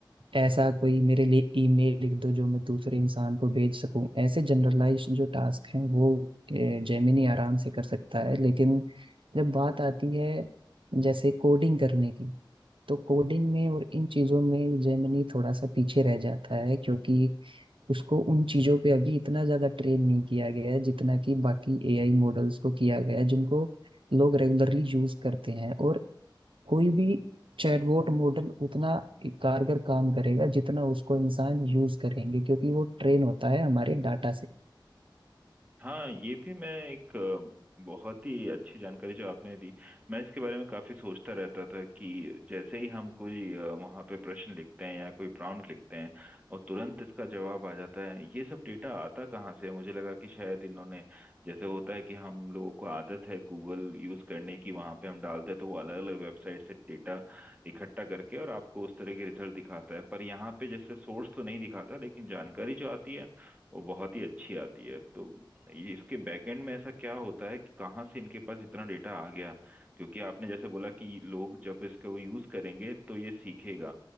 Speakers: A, on the right (about 85°); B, on the right (about 15°).
A: ऐसा कोई मेरे लिए ईमेल लिख दो जो मैं दूसरे इंसान को भेज सकूं ऐसे जनरलाइज जो टास्क हैं वो जेमिनी आराम से कर सकता है लेकिन जब बात आती है जैसे कोडिंग करने की तो कोडिंग में और इन चीजों में जेमिनी थोड़ा सा पीछे रह जाता है क्योंकि उसको उन चीजों पे अभी इतना ज्यादा ट्रेन नहीं किया गया है जितना कि बाकी एआई मॉडल्स को किया गया है जिनको लोग रेगुलरली यूज करते हैं और कोई भी चैटबॉट मॉडल उतना कारगर काम करेगा जितना उसको इंसान यूज करेंगे क्योंकि वो ट्रेन होता है हमारे डाटा से
B: हाँ ये भी मैं एक अ, बहुत ही अच्छी जानकारी जो आपने दी मैं इसके बारे में काफी सोचता रहता था कि जैसे ही हम कोई अ, वहाँ पे प्रश्न लिखते हैं या कोई प्रॉम्प्ट लिखते हैं और तुरंत इसका जवाब आ जाता है ये सब डेटा आता कहाँ से है? मुझे लगा कि शायद इन्होंने जैसे होता है कि हम लोगों को आदत है गूगल यूज करने की वहाँ पे हम डालते हैं तो वो अलग अलग वेबसाइट से डेटा इकट्ठा करके और आपको उस तरह के रिजल्ट दिखाता है पर यहाँ पे जैसे सोर्स तो नहीं दिखाता लेकिन जानकारी जो आती है वो बहुत ही अच्छी आती है तो ये इसके बैकएंड में ऐसा क्या होता है कि कहाँ से इनके पास इतना डेटा आ गया क्योंकि आपने जैसे बोला कि लोग जब इसको यूज करेंगे तो ये सीखेगा